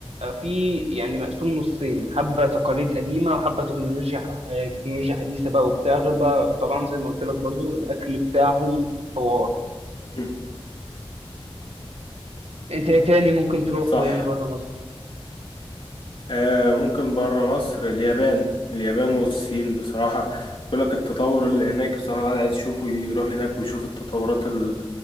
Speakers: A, on the right; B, on the left.
A: في يعني مقسوم نصين حبة تقاليد قديمة وحبة تكنولوجيا آه، تكنولوجيا حديثة بقى وبتاع غير بقى طبعا زي ما قلت لك برضو الأكل بتاعهم حوار
B: م.
A: أنت إيه تاني ممكن تروحه
B: صح
A: يعني بره مصر؟
B: آه ممكن بره مصر اليابان اليابان والصين بصراحة بيقول لك التطور اللي هناك بصراحة الواحد عايز يشوفه يروح هناك ويشوف التطورات ال-